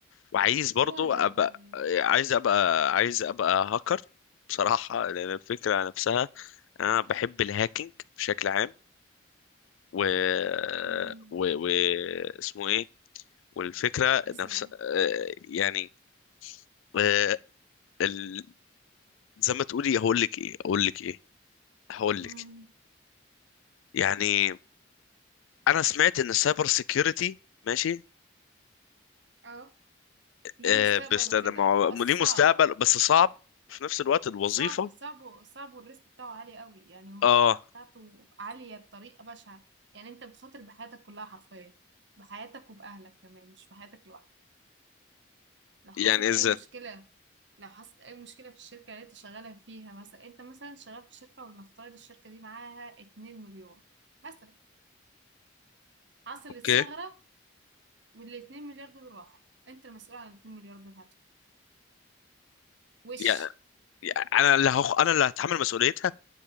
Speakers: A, on the left (about 80°); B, on the right (about 60°).
A: وعايز برضو
B: يا لهوي
A: ابقى عايز ابقى عايز ابقى هاكر بصراحه لان الفكره نفسها انا بحب الهاكينج بشكل عام و
B: مم.
A: و, و... اسمه ايه والفكره
B: اسمه
A: نفسها
B: ايه
A: آه، يعني آه، ال- زي ما تقولي هقول لك ايه هقول لك ايه هقول
B: مم.
A: لك يعني انا سمعت ان السايبر سيكيورتي ماشي
B: اه ليه
A: آه،
B: مستقبل
A: بيستخدم
B: وكده
A: ما هو
B: بس
A: ليه
B: صعب
A: مستقبل بس صعب في نفس الوقت الوظيفة
B: صعب صعب صعب والريسك بتاعه عالي قوي يعني المخاطرة
A: اه
B: بتاعته عالية بطريقة بشعة يعني انت بتخاطر بحياتك كلها حرفيا بحياتك وبأهلك كمان مش بحياتك لوحدك لو حصلت
A: يعني ازاي
B: أي مشكلة لو حصلت أي مشكلة في الشركة اللي انت شغالة فيها مثلا انت مثلا شغال في شركة ولنفترض الشركة دي معاها 2 مليون مثلا حصلت
A: اوكي
B: ثغرة وال 2 مليار دول راحوا انت المسؤول عن ال 2 مليار دول هتوع. وش
A: يعني يعني انا اللي هخ... انا اللي هتحمل مسؤوليتها